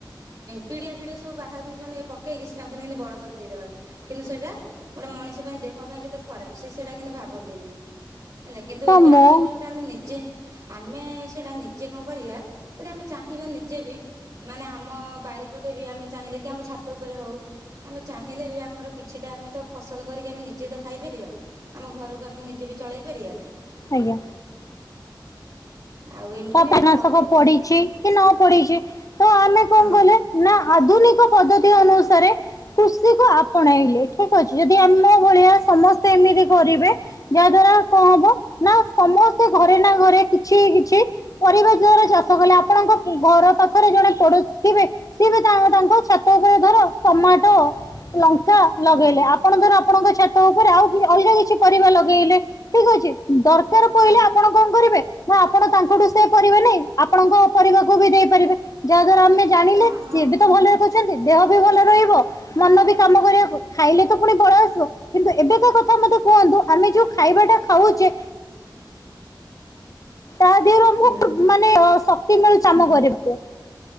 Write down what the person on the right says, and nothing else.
ପିଡିଆ ଫିଡିଆ ସବୁ ବାହାରୁ ମାନେ ପକେଇକି ସେ ଚାହୁଛନ୍ତି ବଡ କରି ଦେଇଦବାକୁ କିନ୍ତୁ ସେଇଟା ଗୋଟେ ମଣିଷ ପାଇଁ ଦେହ ପାଇଁ କେତେ ଖରାପ ସେ ସେଇଟା କିନ୍ତୁ ଭାବନ୍ତିନି ହେଲା କିନ୍ତୁ
ଏବେ
ଆମେ ଯୋଉଟା ଆମେ ନିଜେ ଆମେ ସେଇଟା ନିଜେ କଣ କରିବା ଯଦି ଆମେ ଚାହିଁବା ନିଜେ ବି ମାନେ ଆମ ଚିପଟେ ବି ଆମେ ଚାହିଁଲେ କି ଆମ ଛାତ ଉପରେ ହଉ ଆମେ ଚାହିଁଲେ ବି ଆମର କିଛିଟା ଆମେ ତ ଫସଲ କରିକି ଆମେ ନିଜେ ତ ଖାଇପାରିବା ଆମ ଘରକୁ ଆମେ ନିଜେ ବି ଚଳେଇ ପାରିବା।
ଆଉ ଏମିତି
ବି
ଆମେ କରିପାରିବା
ହଁ
ହଁ।
ହଁ
ହଁ
ହଁ
ଉଁ।